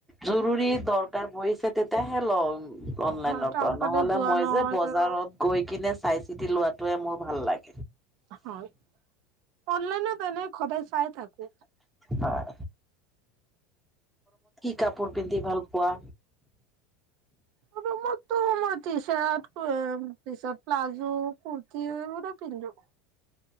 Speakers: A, in the centre; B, on the right.
A: জৰুৰী দৰকাৰ পৰিছে তেতিয়াহে লওঁ অনলাইনৰ
B: হয় টাউন
A: পৰা,
B: ফালে
A: নহ'লে
B: যোৱা
A: মই
B: নহয়
A: যে বজাৰত
B: ধৰক
A: গৈ কেনে চাই চিতি লোৱাটোৱে মোৰ ভাল লাগে।
B: হয় অনলাইনত এনেই খদায় চাই থাকো
A: হয়। কাপোৰ পিন্ধি ভাল পোৱা
B: আৰু মোৰ টো মই টি-চাৰ্ট পিছত প্লাজো কুৰ্তিও এইবোৰে পিন্ধো